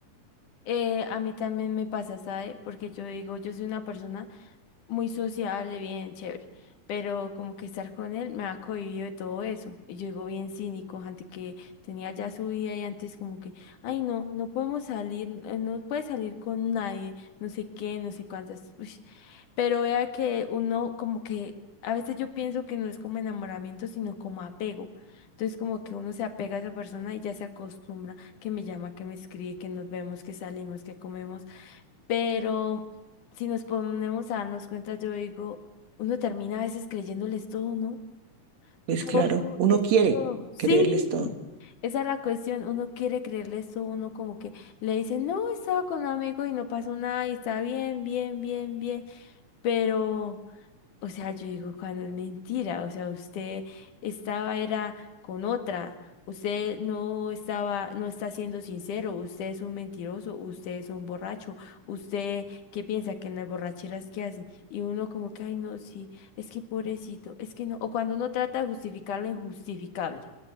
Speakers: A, on the left; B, on the right.
A: Eh, a mí también me pasa, ¿sabe? Porque yo digo, yo soy una persona muy sociable, bien chévere, pero como que estar con él me ha cohibido de todo eso. Y yo digo bien cínico, antes que tenía ya su vida y antes como que, ay no, no podemos salir, eh, no puedes salir con nadie, no sé qué, no sé cuántas. Uy, pero vea que uno como que a veces yo pienso que no es como enamoramiento, sino como apego. Entonces como que uno se apega a esa persona y ya se acostumbra que me llama, que me escribe, que nos vemos, que salimos, que comemos. Pero si nos ponemos a darnos cuenta, yo digo, uno termina a veces creyéndoles todo, ¿no?
B: Pues
A: Todo
B: claro, uno
A: es
B: quiere
A: todo. Sí,
B: creerles todo.
A: esa es la cuestión. Uno quiere creerles todo, uno como que le dice, no, estaba con un amigo y no pasó nada y está bien, bien, bien, bien. Pero... O sea, yo digo, cuando es mentira, o sea, usted estaba era con otra, usted no estaba, no está siendo sincero, usted es un mentiroso, usted es un borracho, usted qué piensa que en las borracheras que hacen, y uno como que, ay, no, sí, es que pobrecito, es que no, o cuando uno trata de justificar lo injustificable.